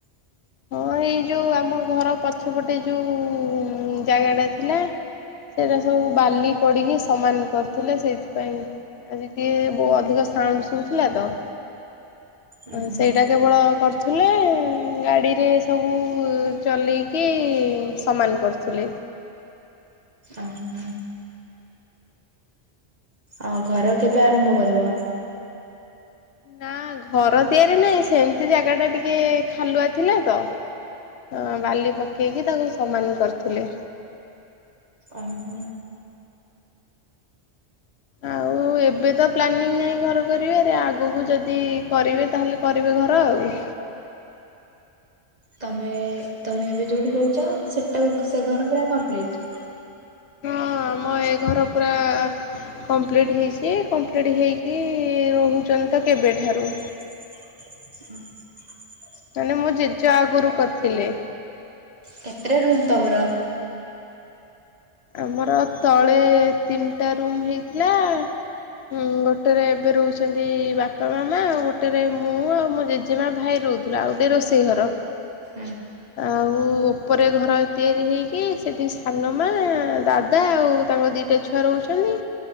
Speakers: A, on the left; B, on the right.
A: ହଁ ଏଇ ଯୋଉ ଆମ ଘର ପଛପଟେ ଯୋଉ ଜାଗା ଟା ଥିଲା। ସେଇଟା ସବୁ ବାଲି ପଡିକି ସମାନ କରିଥିଲେ ସେଇଥିପାଇଁ ଆଜି ଟିକେ ବହୁ ଅଧିକ ସାଉଣ୍ଡ ଶୁଭୁଥିଲା ତ
B: ଉଁ ହୁଁ
A: ସେଇଟା କେବଳ କରୁଥିଲେ ଗାଡି ରେ ସବୁ ଚଲେଇକି ସମାନ କରୁଥିଲେ।
B: ଓହୋ ଆଉ ଘର କେବେ ଆରମ୍ଭ କରିବ?
A: ନା ଘର ତିଆରି ନାହିଁ ସେମିତି ଜାଗା ଟା ଟିକେ ଖାଲୁଆ ଥିଲା ତ। ଅ ବାଲି ପକେଇକି ତାଙ୍କୁ ସମାନ କରିୁଥିଲେ
B: ଓ ହୋ
A: ଆଉ ଏବେ ତ ପ୍ଲାନିଂ ନାହିଁ ଘର କରିବାରେ ଆଗକୁ ଯଦି କରିବେ ତାହେଲେ କରିବେ ଘର ଆଉ।
B: ତମେ ତମେ ଏବେ ଯୋଉଠି ରହୁଛ ସେଇଟା ସେ ଘର ପୁରା କମ୍ପ୍ଲିଟ୍।
A: ହଁ ଆମ ଏ ଘର ପୂରା କମ୍ପ୍ଲିଟ୍ ହେଇଛି କମ୍ପ୍ଲିଟ ହେଇକି ରହୁଚନ୍ତି ତ କେବେଠାରୁ।
B: ହୁ <inaudible>
A: ମାନେ ମୋ ଜେଜେ ଆଗରୁ କରିଥିଲେ।
B: କେତେଟା ରୁମ୍ ତମର
A: ଆମର ତଳେ ତିନିଟା ରୁମ୍ ହେଇଥିଲା ଉଁ ଗୋଟେରେ ଏବେ ରହୁଛନ୍ତି ବାପା ମାମା ଆଉ ଗୋଟେରେ ମୁଁ ଆଉ ମୋ ଜେଜେମା ଭାଇ ରହୁ ଯ ଆଉ ଗୋଟେ ରୋଷେଇ ଘର।
B: <inaudible>
A: ଆଉ ଉପରେ ଘର ତିଆରି ହେଇକି ସେଠି ସାନମା ଦାଦା ଆଉ ତାଙ୍କ ଦିଟା ଛୁଆ ରହୁଚନ୍ତି।